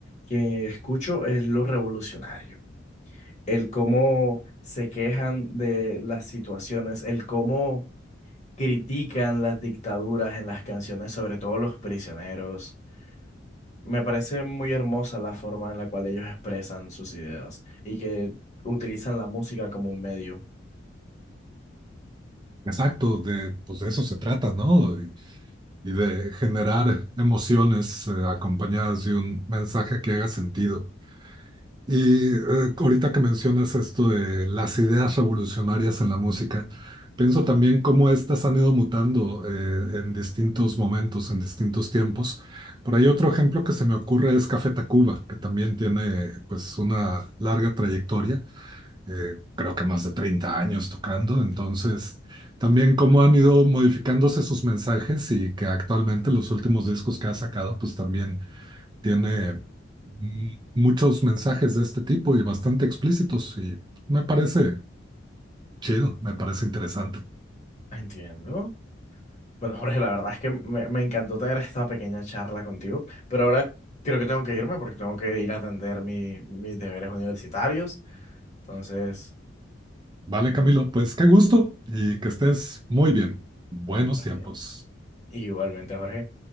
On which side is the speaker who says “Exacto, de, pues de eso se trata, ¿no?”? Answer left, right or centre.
Right